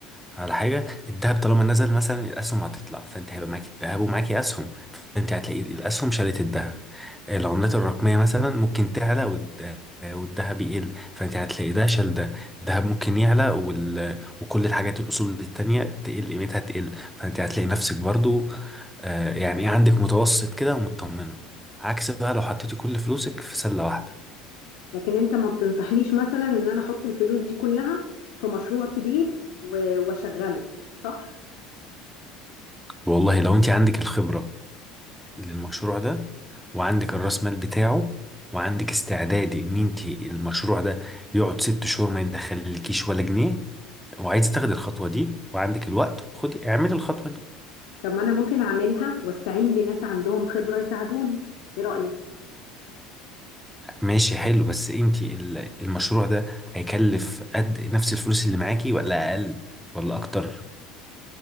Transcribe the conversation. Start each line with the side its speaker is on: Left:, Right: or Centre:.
Centre: على حاجة الذهب طالما نزل مثلا الأسهم هتطلع فأنت هيبقى معاكي الذهب ومعاكي أسهم فأنت هتلاقي الأسهم شالت الذهب العملات الرقمية مثلا ممكن تعلى والد- والذهب يقل فأنت هتلاقي ده شال ده الذهب ممكن يعلى وال... وكل الحاجات الأصول التانية تقل قيمتها تقل فأنت هتلاقي نفسك برضو آه، يعني إيه عندك متوسط كده ومطمنة عكس بقى لو حطيتي كل فلوسك في سلة واحدة
Left: لكن انت ما بتنصحنيش مثلا ان انا احط الفلوس دي كلها في مشروع كبير و- واشغله صح
Centre: والله لو أنت عندك الخبرة للمشروع ده وعندك الراس مال بتاعه وعندك استعدادي ان انت المشروع ده يقعد ست شهور ما يدخلكيش ولا جنيه وعايزه تاخدي الخطوه دي وعندك الوقت خدي اعملي الخطوه دي
Left: طب ما انا ممكن اعملها واستعين بناس عندهم خبرة يساعدوني ايه رأيك
Centre: ماشي حلو بس انت ال- المشروع ده هيكلف قد نفس الفلوس اللي معاكي ولا اقل ولا اكتر